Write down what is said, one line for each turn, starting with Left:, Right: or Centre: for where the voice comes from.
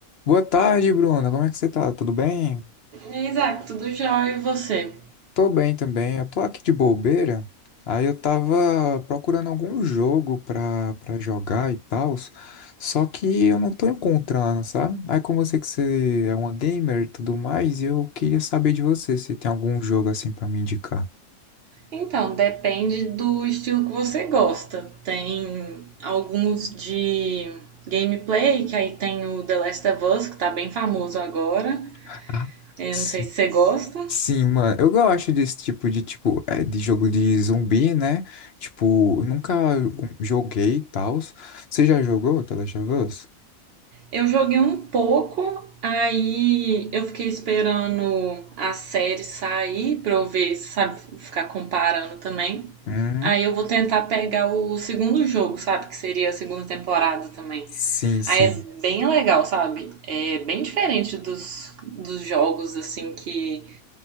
Left: Boa tarde, Bruna. Como é que você tá? Tudo bem?
Right: Isaac, tudo jóia e você?
Left: Tô bem também. Eu tô aqui de bobeira. Aí eu tava procurando algum jogo pra, pra jogar e tal, só que eu não tô encontrando, sabe? Aí como eu sei que você é uma gamer e tudo mais, eu queria saber de você se tem algum jogo assim pra me indicar.
Right: Então, depende do estilo que você gosta. Tem alguns de gameplay, que aí tem o The Last of Us, que tá bem famoso agora.
Left: Ah,
Right: Eu
Left: Sim.
Right: não sei se você gosta.
Left: Sim, mano, eu gosto desse tipo de tipo é, de jogo de zumbi, né? Tipo, eu nunca hum, joguei e tal. Você já jogou The Last of Us?
Right: Eu joguei um pouco, aí eu fiquei esperando a série sair pra eu ver, sabe, ficar comparando também.
Left: Uhum.
Right: Aí eu vou tentar pegar o segundo jogo, sabe, que seria a segunda temporada também.
Left: Sim, sim.
Right: Aí é bem legal, sabe? É bem diferente dos, dos jogos, assim, que,